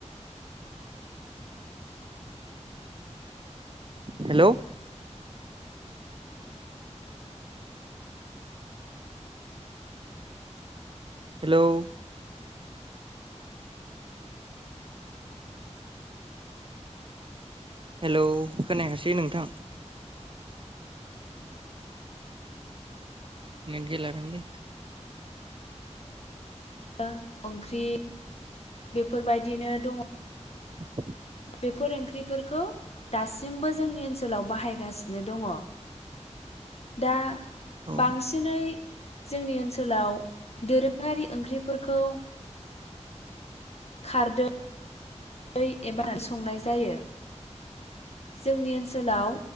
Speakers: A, on the right; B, on the left.
A: हेल हेल हेल खोनायाखासै नोंथां नेट गैलादां ले
B: ओं-ओंख्रि बेफोरबायदिनो दङ
A: <inaudible>
B: बेफोर ओंख्रि- फोरखौ दासिमबो जोंनि ओनसोलाव बाहायगासि- नो दङ दा
A: औ
B: बांसिनै जोंनि ओनसोलाव दोरोङारि ओंख्रिफोरखौ खारदै- रै एबा संनाय जायो जोंनि ओनसोलाव